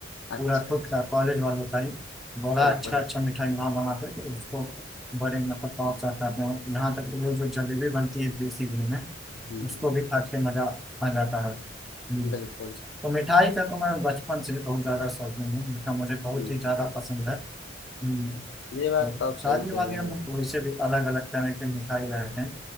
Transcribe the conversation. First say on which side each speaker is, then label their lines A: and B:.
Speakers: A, on the left; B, in the centre.
A: अच्छा
B: पूरा खुद
A: अच्छा
B: का कॉलेज वालों का ही बड़ा
A: बिल्कुल
B: अच्छा अच्छा मिठाई वहाँ बनाते थे उसको बड़े मतलब पहुँचाते थे यहाँ तक कि वो जो जलेबी बनती है देसी घी में
A: हम्म
B: उसको भी खा के मजा आ जाता है हम्म,
A: बिल्कुल
B: तो मिठाई का तो मैं बचपन से ही बहुत ज्यादा शौकीन हूँ मीठा मुझे बहुत
A: हम्म
B: ही ज्यादा पसंद है हम्म,
A: ये बात
B: और
A: तो आप
B: शादी
A: सही
B: वादियों
A: कह रहे हो
B: में तो वैसे भी अलग अलग तरह के मिठाई रहते हैं